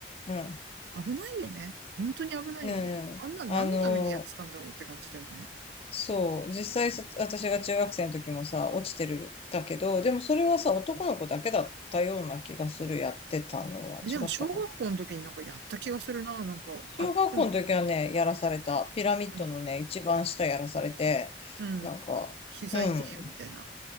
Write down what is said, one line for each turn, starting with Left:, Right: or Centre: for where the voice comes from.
Left: うん、
Right: 危ないよね。本当に危ないよね。
Left: うん。
Right: あんなん何のためにやってたんだろうって感じだよね。
Left: あのーそう。実際さ、私が中学生の時もさ、落ちてるんだけど、でもそれはさ、男の子だけだったような気がする、やってたのは。
Right: え、でも小学校の時になんかやった気がするな、
Left: 違ったかな。
Right: なんか。あ、
Left: 小学校の時はね、
Right: でも、
Left: やらされた。ピラミッドのね、
Right: うん、
Left: 一番下やらされて、
Right: うん。
Left: なんか、
Right: 膝痛えよ、
Left: うん。
Right: みたいな。